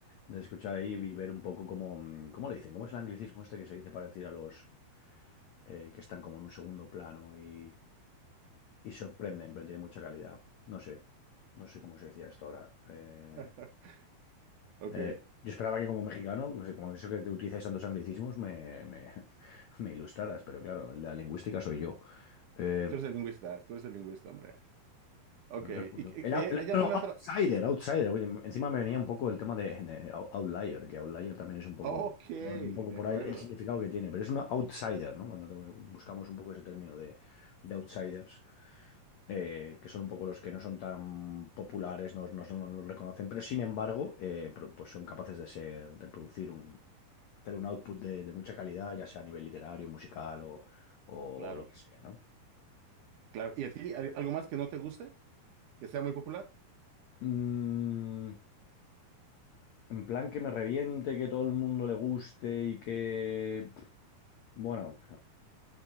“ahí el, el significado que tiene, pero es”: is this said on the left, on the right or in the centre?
Left